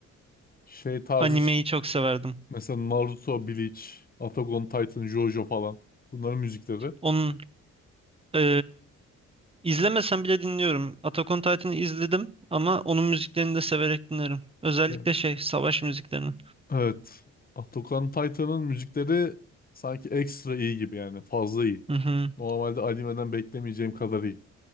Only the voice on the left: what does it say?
şey tarzı
ş-
mesela Naruto, Bleach, Attack on Titan, JoJo falan. Bunların müzikleri.
E-
Evet. Attack on Titan'ın müzikleri sanki ekstra iyi gibi yani fazla iyi.
Normalde animeden beklemeyeceğim kadar iyi.